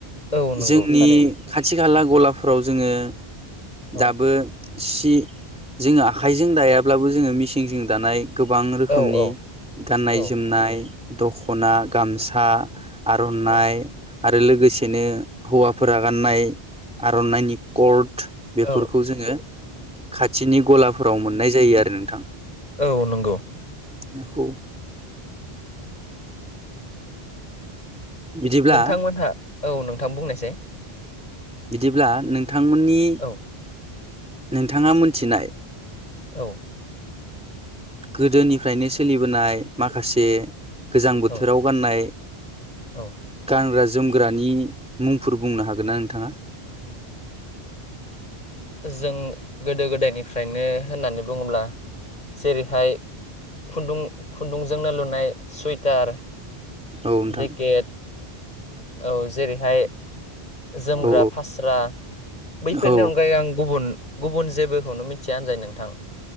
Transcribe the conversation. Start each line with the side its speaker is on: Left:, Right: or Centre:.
Left: औ नोंगौ
Centre: जोंनि
Left: थारैनो।
Centre: खाथि खाला गलाफ्राव जोंङो
Left: औ
Centre: दाबो सि जोंङो आखाइजों दायाब्लाबो जोंङो मिसिंजों दानाय गोबां रोखोमनि
Left: औ औ
Centre: गाननाय
Left: औ
Centre: जोमनाय दख'ना गामसा आरननाइ
Left: औ
Centre: आरो लोगोसेनो हौवाफोरा गाननाय आर'नाइनि कर्ड थु बेफोरखौ
Left: औ
Centre: जोंङो खाथिनि गलाफोराव मोननाय जायो आरो नोंथां।
Left: औ नोंगौ।
Centre: नोंगौ बिदिब्ला
Left: नोंथांमोनहा औ नोंथां बुंनायसाय?
Centre: बिदिब्ला नोंथांमोननि
Left: औ
Centre: नोंथांङा मोनथिनाय
Left: औ
Centre: गोदोनिफ्रायनो सोलिबोनाय माखासे गोजां बोथोराव
Left: औ
Centre: गाननाय
Left: औ
Centre: गानग्रा जोमग्रानि मुंफोर बुंनो हागोन ना नोंथाङा?
Left: जों गोदो गोदायनिफ्रायनो होननानै बुंङोब्ला जेरैहाय खुन्दुं खुन्दुंजोंनो लुनाय सुइटार
Centre: औ नोंथां
Left: जेकेद औ जेरैहाय जोमग्रा
Centre: औ
Left: फास्रा बैफोरनि
Centre: औ
Left: अनगायै आं गुबुन गुबुन जेबोखौनो मिथिया होनजायो नोंथां